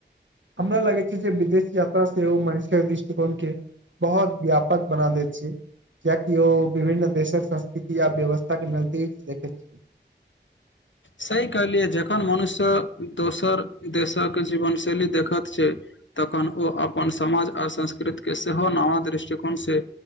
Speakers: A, on the right (about 80°); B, on the left (about 80°).
A: हमरा लगे छै जे विदेश यात्रा सेहो मनुष्य्यक दृष्टिकोण के बहुत व्यापक बना दे छै कियाकि ओ विभिन्न देशक संस्कृति य व्यवस्था के दीक छै देखै छै
B: सही कहलियै जखन मनुष्य दोसर देशक जीवनशैली देखैत छै तखन ओ अपन समाज आओ संस्कृतिके सेहो नवा दृष्टिकोणसँ